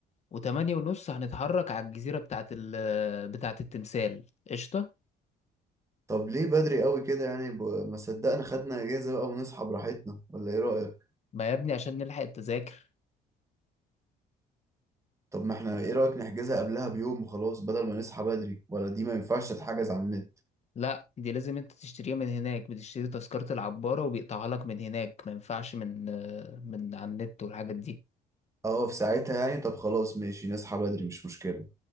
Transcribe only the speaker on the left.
وتمانية ونص هنتحرك على الجزيرة بتاعة ال بتاعة التمثال قشطة
ما يا ابني عشان نلحق التذاكر
لا دي لازم انت تشتريها من هناك بتشتري تذكرة العبارة وبيقطعها لك من هناك ما ينفعش من آه، من على النت والحاجات دي